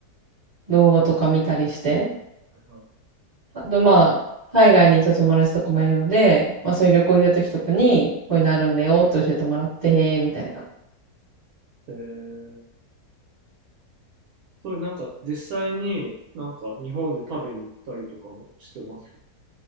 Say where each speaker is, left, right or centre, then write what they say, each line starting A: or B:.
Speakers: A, on the right; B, on the right.
A: 動画とか見たりして、
B: はいはい。
A: あと、まあ、海外にちょっと友達とかもいるので、まあ、そういう旅行行った時とかに、こういうのあるんだよって教えてもらって、へえ、みたいな。
B: えー、そういうなんか実際になんか日本で食べに行ったりとかもしてます